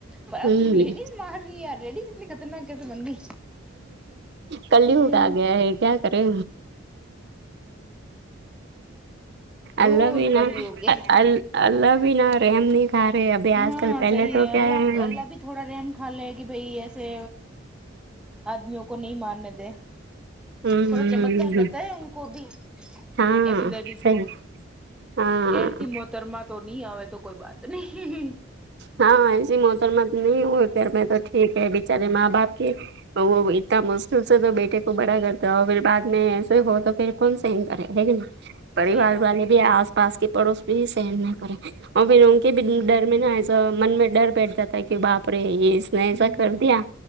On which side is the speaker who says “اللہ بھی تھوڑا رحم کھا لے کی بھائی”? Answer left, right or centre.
Centre